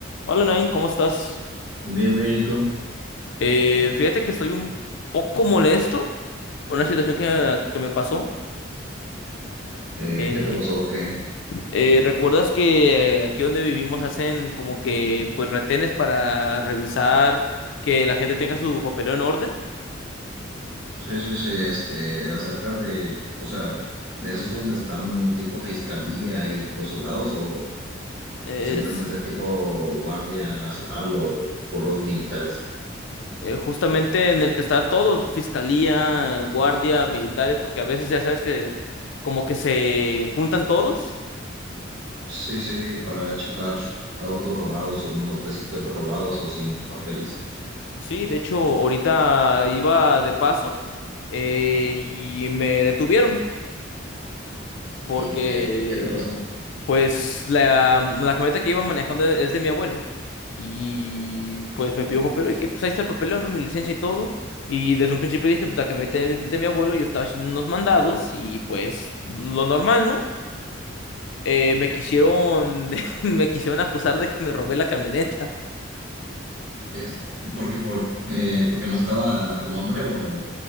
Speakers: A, on the left (about 65°); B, on the right (about 80°).
A: Hola Nain, ¿cómo estás?
B: Bien, bien, ¿y tú?
A: Eh, fíjate que estoy un poco molesto por una situación que, que me pasó.
B: Eh,
A: Eh,
B: ¿qué te pasó? o ¿Qué?
A: eh, ¿recuerdas que eh, aquí donde vivimos hacen como que pues retenes para revisar que la gente tenga su papeleo en orden?
B: Sí, sí, sí, este, acerca de, o sea, de esos donde están tipo fiscalía y los soldados o,
A: Es
B: o simplemente tipo guardia nacional o puros militares.
A: eh, justamente en el que está todo, fiscalía, guardia, militares, porque a veces ya sabes que como que se juntan todos
B: Sí, sí, para checar autos robados o motocicletas robadas o sin papeles.
A: Sí, de hecho, ahorita iba de paso eh, y me detuvieron porque,
B: ¿Y qué, qué te pasó?
A: pues, la, la camioneta que iba manejando es de mi abuelo y, pues, me pidió un papel. Y dije, pues, ahí está el papeleo, ¿no? Mi licencia y todo. Y desde un principio dije, pues, la camioneta es de mi abuelo, yo estaba haciendo unos mandados y, pues, lo normal, ¿no? Eh, me quisieron, <laughs> me quisieron acusar de que me robé la camioneta.
B: Es porque por, eh, porque no estaba tu nombre o